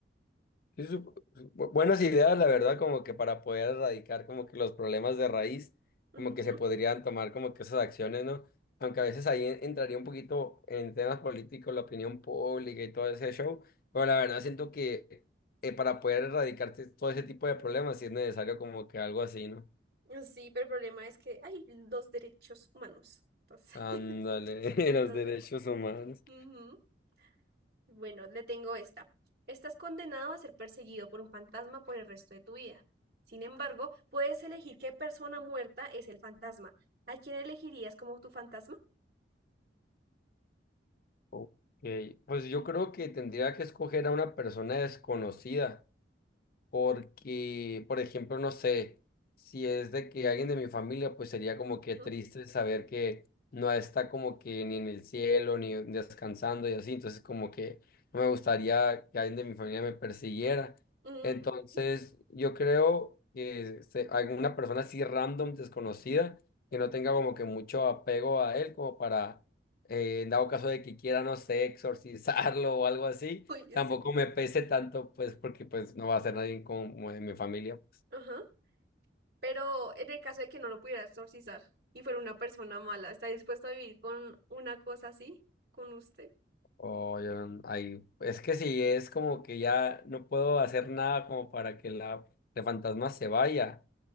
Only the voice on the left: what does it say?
Sí, su- bu- buenas ideas, la verdad, como que para poder erradicar como que los problemas de raíz,
como que se podrían tomar como que esas acciones, ¿no? Aunque a veces ahí en- entraría un poquito en temas políticos, la opinión pública y todo ese show, pero la verdad siento que eh, para
poder erradicar te- todo ese tipo de problemas sí es necesario como que algo así, ¿no?
Ándale,
<laughs> los
derechos humanos.
Ok, pues yo creo que tendría que escoger a una persona desconocida Porque, por ejemplo, no sé, si es de que alguien de mi familia, pues sería como que
triste saber que no está como que ni en el cielo, ni descansando y así. Entonces, como que no me gustaría que alguien de mi familia me persiguiera.
Entonces,
yo creo que se- alguna persona así random, desconocida, que no tenga como que mucho apego a él, como para, eh, en dado caso de que quiera, no sé, exorcizarlo o algo así
Tampoco
me pese tanto, pues, porque pues no va a ser nadie como de mi familia.
O yo, no- ahí. Es que si es como que ya no puedo hacer nada como para que la, el fantasma se vaya.